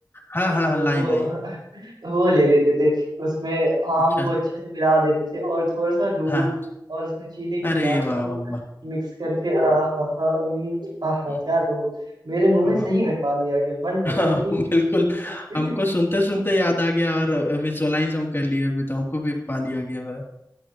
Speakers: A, on the left (about 30°); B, on the right (about 80°).
A: हाँ हाँ हाँ हाँ,
B: वो
A: लाई लाई
B: <laughs> वो ले लेते थे उसमें आम
A: अच्छा
B: को अच्छे से मिला देते थे और थोड़ा सा दूध
A: हाँ
B: और उसमें चीनी के मिला
A: अरे
B: के
A: वाह
B: हम
A: वाह वाह
B: मिक्स करके आहा हा, अम, आहा
A: हम्म,
B: क्या कहूँ मेरे मुंह
A: ओहो,
B: में सही में पानी आ गया मन
A: <laughs>
B: कर
A: हाँ,
B: रहा है कि
A: बिल्कुल
B: <laughs>
A: हमको सुनते सुनते याद आ गया और विजुअलाइज हम कर लिए अभी तो हमको भी पानी आ गया मेरा